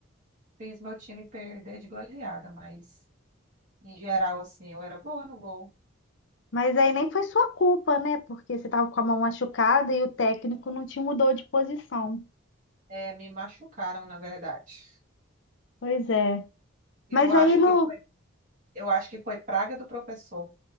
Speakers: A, on the right; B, on the left.
A: fiz meu time perder de goleada, mas em geral, assim, eu era boa no gol.
B: Mas aí nem foi sua culpa, né? Porque você estava com a mão machucada e o técnico não te mudou de posição.
A: É, me machucaram, na verdade.
B: Pois é.
A: Eu
B: Mas
A: acho
B: aí no.
A: que foi, eu acho que foi praga do professor,